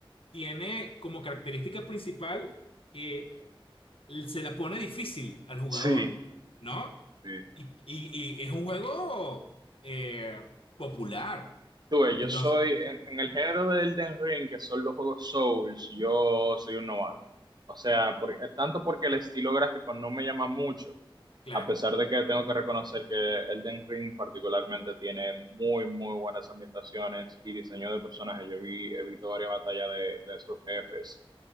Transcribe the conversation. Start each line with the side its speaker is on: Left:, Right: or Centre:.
Left: tiene como característica principal que se la pone difícil al jugador,
Right: Sí,
Left: ¿no?
Right: sí.
Left: Y, y- y es un juego eh, popular.
Right: Tú ves, yo
Left: Entonces,
Right: soy, en, en el género del Elden Ring, que son los juegos Souls, yo soy un novato. O sea, por- eh, tanto porque el estilo gráfico no me llama mucho,
Left: claro,
Right: a pesar de que tengo que reconocer que Elden Ring particularmente tiene muy, muy buenas ambientaciones y diseño de personajes. Yo vi, he visto varias batallas de, de sus jefes